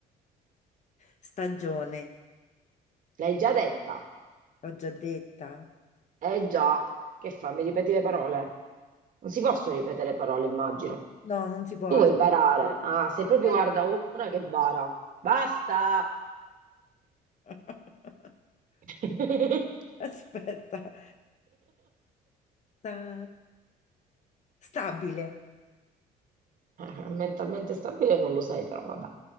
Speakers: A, on the left (about 45°); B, on the right (about 50°).
A: stagione,
B: L'hai già detta?
A: l'ho già detta.
B: Eh già. Che fa? Mi ripeti le parole? Non si possono ripetere le parole, immagino.
A: No, non si può.
B: Tu vuoi barare? Ah, sei proprio,
A: Aspetta.
B: guarda, una che bara. Basta!
A: <laughs>
B: <laughs>
A: Aspetta. Sta- Stabile.
B: Eh, Mentalmente stabile non lo sei, però vabbè.